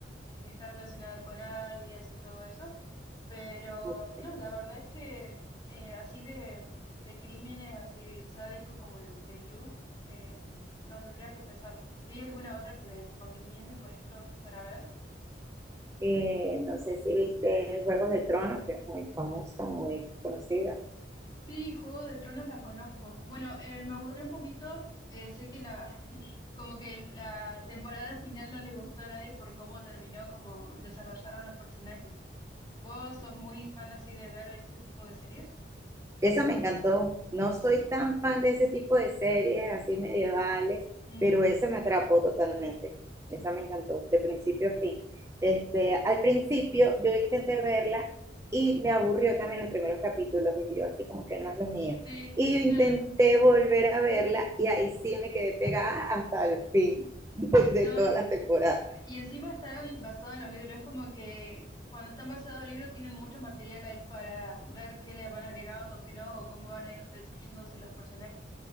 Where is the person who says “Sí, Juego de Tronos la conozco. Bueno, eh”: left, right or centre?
Left